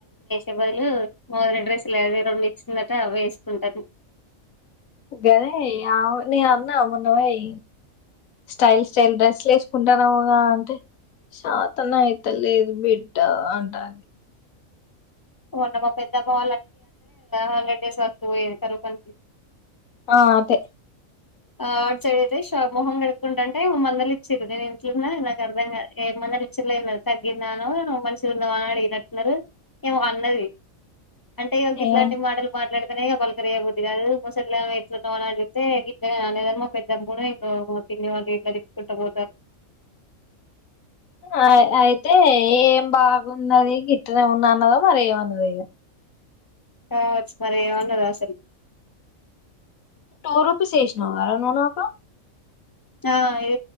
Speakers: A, on the left; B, on the left.
A: ఎవలు మొన్న డ్రెస్లు అవే రెండు ఇచ్చిందట అవే ఎస్కుంటాంది.
B: గదే ఆ నేనన్నా మొన్న పోయి స్టైల్ స్టైల్ డ్రెస్సులేస్కుంటానవుగా అంటే చాతనయిత లేదు బిడ్డా అంటాంది.
A: మొన్న మా పెద్దమ్మ హండ్రెడ్ డేస్ వర్క్ పోయేది కరువు పనికి
B: ఆ అదే
A: ఆ అట్ సైడ్ అయితేష మొహం కడుక్కుంటంటే ఓ మందలిచ్చిర్రు నేను ఇంట్లోన్నా నాకు అర్ధంగా ఏ మందలిచ్చిలేంలే తగ్గిదాఅనో మంచిగున్నవాని అడిగినట్టున్నారు ఏమో అన్నది అంటే ఇగ గిట్లాంటి
B: ఏమ
A: మాటలు మాట్లాడ నే పలకరేయ్య బుద్దిగాదు <unintelligible> లేదనలే మా పెద్దమ్మడ్ ఇంకో మా పిన్ని వాళ్ళు ఇట్లా తిట్టుకుంట పోతరు
B: అ అయితే ఏం బాగున్నది గిట్టనే ఉన్న అన్నదో మరి ఏమన్నదో ఇగ
A: కావచ్చు మరి ఏమన్నదో అసలు
B: టు రూపీస్ ఏషినవరా నువ్వు నాకు
A: ఆ ఇ